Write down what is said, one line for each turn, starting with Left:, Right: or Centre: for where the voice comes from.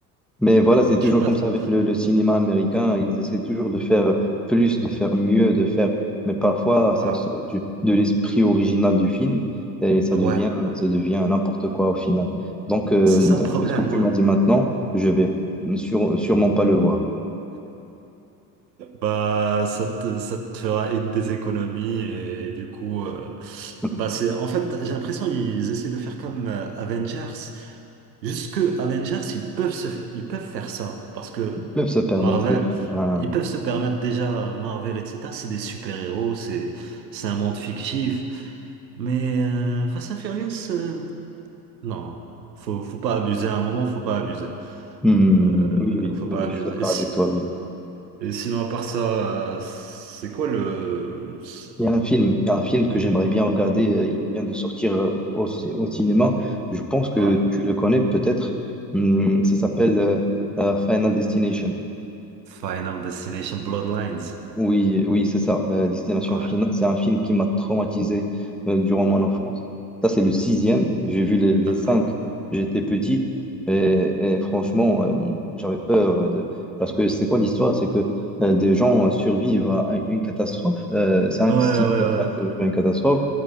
Centre: Mais voilà, c'est toujours
Right: je sais pas.
Centre: comme ça avec le, le cinéma américain. Ils essaient toujours de faire plus, de faire mieux, de faire. Mais parfois,
Right: Ouais,
Centre: ça sort du, de l'esprit original du film et ça
Right: ouais.
Centre: devient, ça devient n'importe quoi au final. Donc, euh,
Right: C'est ça
Centre: d'après
Right: le problème,
Centre: ce que tu
Right: ouais.
Centre: m'as dit maintenant, je vais sûre- sûrement pas le voir.
Right: Bah, ça te, ça te fera être des économies et du coup, euh,
Centre: <laughs>
Right: bah c'est en fait, j'ai l'impression qu'ils essaient de faire comme euh, Avengers. Jusque Avengers, ils peuvent se, fa- ils peuvent faire ça parce que
Centre: Ils peuvent se permettre
Right: Marvel,
Centre: de faire ça.
Right: ils peuvent se permettre déjà euh, Marvel, etc. C'est des super-héros, c'est, c'est un monde fictif. Mais euh, Fast and Furious, euh, non, faut, faut pas abuser. À un moment, faut pas abuser.
Centre: Hmm,
Right: Euh,
Centre: oui, oui,
Right: faut pas
Centre: oui,
Right: abuser.
Centre: je suis d'accord avec toi, oui.
Right: Et sinon, à part ça, euh, c'est quoi le... c'est-
Centre: Il y a un film, il y a un film que j'aimerais bien regarder. euh, Il vient de sortir euh, au, cin- au cinéma. Je pense que
Right: Ouais?
Centre: tu le connais peut-être. Hum, ça s'appelle euh, euh, Final Destination.
Right: Final Destination Bloodlines.
Centre: Oui, oui, c'est ça, euh, Destination
Right: Ouais.
Centre: Finale. C'est un film qui m'a traumatisé euh, durant mon enfance. Ça, c'est le sixième. J'ai vu les, les
Right: Ah.
Centre: cinq. J'étais petit et, et franchement, euh, j'avais peur de... parce que c'est quoi l'histoire? C'est que euh, des gens euh, survivent à un- une catastrophe. Euh, cinq,
Right: Ouais, ouais,
Centre: six personnes survivent
Right: ouais.
Centre: à une catastrophe.